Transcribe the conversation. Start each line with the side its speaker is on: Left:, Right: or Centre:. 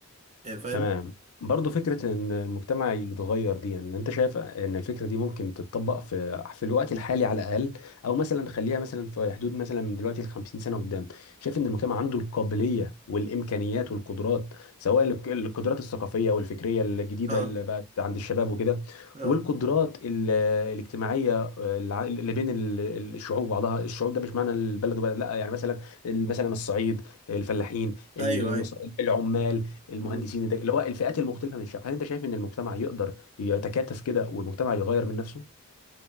Right: يعني فاهم
Left: تمام برضه فكرة إن المجتمع يتغير دي يعني أنت شايف إن الفكرة دي ممكن تتطبق في في الوقت الحالي على الأقل أو مثلا خليها مثلا في حدود مثلا من دلوقتي ل 50 سنة قدام شايف إن المجتمع عنده القابلية والإمكانيات والقدرات سواء الق- القدرات الثقافية والفكرية الجديدة
Right: اه
Left: اللي بقت عند الشباب وكده
Right: اه
Left: والقدرات ال- الاجتماعية الع- اللي بين ال- ال- الشعوب بعضها الشعوب ده مش معنى البلد وبلد لا يعني مثلا مثلا الصعيد الفلاحين ال-
Right: ايوه ايوه
Left: العمال المهندسين
Right: مم.
Left: ده- اللي هو الفئات المختلفه من الشعب هل انت شايف ان المجتمع يقدر يتكاتف كده والمجتمع يغير من نفسه